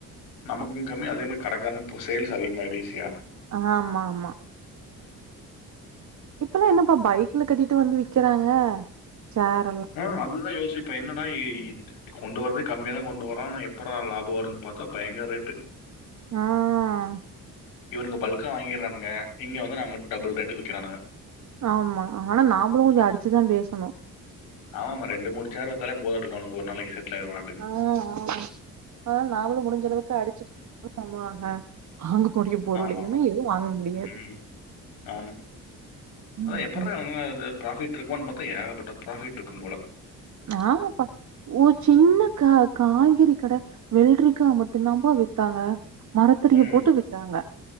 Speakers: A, on the left; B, on the right.
A: நமக்கும்மே கம்மி அதேமாரி கடக்காரனுக்கு போ சேல்ஸ் அதிகமாகிடும் ஈஸியா
B: அ ஆமாம்மா இப்பெல்லா என்னப்பா பைக்ல கட்டிட்டு வந்து விக்கிறாங்க சேர்
A: ம் அதுதான் யோசிப்பேன் என்னடா இ இத் கொண்டு வரத்தே கம்மிய தான் கொண்டு வரோம் ஆனா எப்புட்ரா லாபம் வருனு பாத்தா பயங்கற ரேட்டு
B: ஆ.
A: இவனுங்க பல்க்கா வாங்கிட்றானுங்க இங்க வந்து நம்மட் டபுள் ரேட்டுக் விக்கிறானுங்க
B: ஆமா அ ஆனா நாம்பளும் கொஞ்சோ அடிச்சுதான் பேசணும்
A: ஆமாம்மா ரெண்டு மூணு சேர் வித்தாலே போதுன்ட்ருக்கும் அவனுக்கு ஒரு நாளைக்கி செட்லாயிருவான்
B: ஆ ஆ ஆனா நாமளும் முடிஞ்ச அளவுக்கு அடிச்சு <unintelligible> வாங்க போடிய பொருளேன்னு
A: ஆமாமா.
B: எதுவும் வாங்க முடியாது
A: ம். ஆமா. அதான்
B: ம்
A: எப்புட்றா இவங்க இது ப்ராஃபிட்ருக்குமான்னு பாத்தா ஏகப்பட்ட ப்ராஃபிட்ருக்கும் போல
B: ஆமாப்ப ஒரு சின்ன கா காய்கறி கட வெல்ரிக்கா மட்டும்தான்ப்பா வித்தாங்க மரத்தடில
A: ம்.
B: போட்டு வித்தாங்க